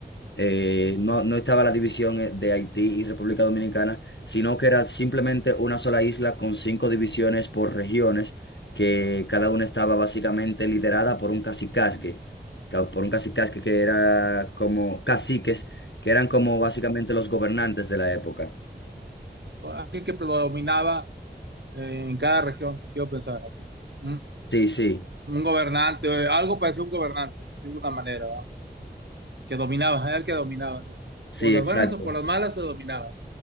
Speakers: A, on the left; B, on the right.
A: eh, no, no estaba la división eh, de Haití y República Dominicana, sino que era simplemente una sola isla con cinco divisiones por regiones, que cada una estaba básicamente liderada por un cacicazgue, ca- por un cacicazgue que era como caciques, que eran como básicamente los gobernantes de la época.
B: alguien que predominaba eh, en cada región, quiero pensar así. Un,
A: Sí, sí,
B: un gobernante, eh, algo parecía un gobernante, por decirlo de alguna manera, ¿verdad? Que dominaba, era el que dominaba.
A: sí,
B: Por las
A: exacto.
B: buenas o por las malas, pero dominaba.